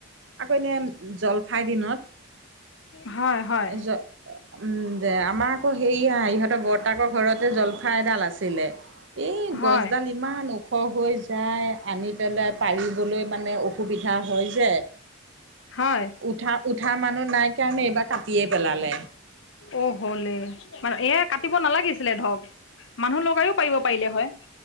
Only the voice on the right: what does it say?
আকৌ এনে জলফাইৰ দিনত
জ উম দে আমাৰ আকৌ সেয়া ইহঁতৰ বৰতাকৰ ঘৰত তে জলফাই এডাল আছিলে, এই গছডাল
ইমান ওখ হৈ যায় আনি পেলাই পাৰিবলৈ মানে অ সুবিধা হয় যে
উঠা উঠা মানুহ নাই কাৰণে এইবাৰ কাটিয়ে পেলালে।